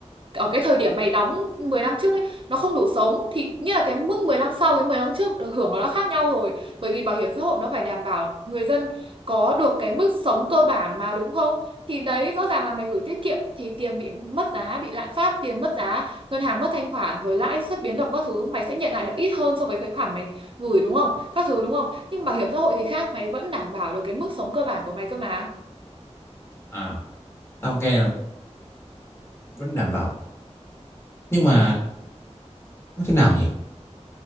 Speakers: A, on the right; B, on the left.
A: ở cái thời điểm mày đóng 10 năm trước ấy nó không đủ sống thì như là cái mức 10 năm sau cái 10 năm trước được hưởng nó đã khác nhau rồi bởi vì bảo hiểm xã hội nó phải đảm bảo người dân có được cái mức sống cơ bản mà đúng không thì đấy rõ ràng là mày gửi tiết kiệm thì tiền bị mất giá bị lạm phát tiền mất giá ngân hàng mất thanh khoản rồi lãi suất biến động các thứ mày sẽ nhận lại được ít hơn so với cái khoản mày gửi đúng không các thứ đúng không nhưng bảo hiểm xã hội thì khác mày vẫn đảm bảo được cái mức sống cơ bản của mày cơ mà
B: À, tao nghe là vẫn đảm bảo. Nhưng mà nói thế nào nhỉ?